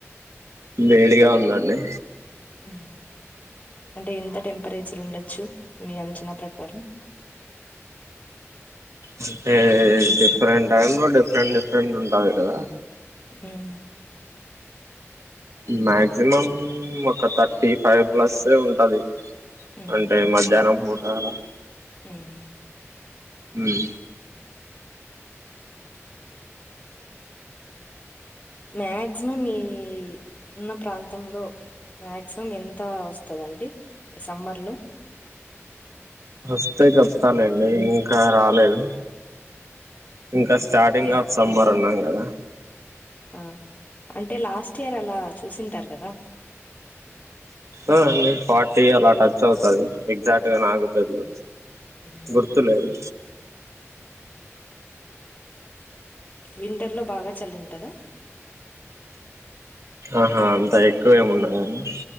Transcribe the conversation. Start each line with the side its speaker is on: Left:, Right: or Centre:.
Right: వేడిగా ఉందండి
Left: అమ్ అంటే ఎంత టెంపరేచర్ ఉండొచ్చు మీ అంచనా ప్రకారం
Right: అంటే డిఫరెంట్ టైంలో డిఫరెంట్ డిఫరెంట్ ఉంటది కదా
Left: ఆమ్
Right: మ్యా జిమమ్ ఒక త టీ ఫైవ్ ప్లస్ ఎ ఉంటది
Left: మ్మ్,
Right: అంటే మధ్యాహ్నం పూటా అలా
Left: అమ్
Right: అమ్
Left: మాక్సిమం ఈ ఉన్న ప్రాంతంలో మాక్సిమం ఎంత వస్తుందండి సమ్మర్ లో
Right: వస్తే చెప్తాలండి ఇంకా రాలేదు ఇంకా స్టార్టింగ్
Left: ఇలా
Right: ఆఫ్ సమ్మర్ ఉన్నాం కాదా
Left: ఆ అంటే లాస్ట్ ఇయర్ అలా చూసింటారు కదా
Right: ఆ అండి ఫార్టీ అలా టచ్ అవుతది ఎక్సైట్ గా నాకు తెల్ద
Left: మ్మ్.
Right: గుర్తులేదు
Left: వింటర్ లో బాగా చల్లగా ఉంటు కదా
Right: ఆహా అంతా ఎక్కువేమి ఉన్నాదండి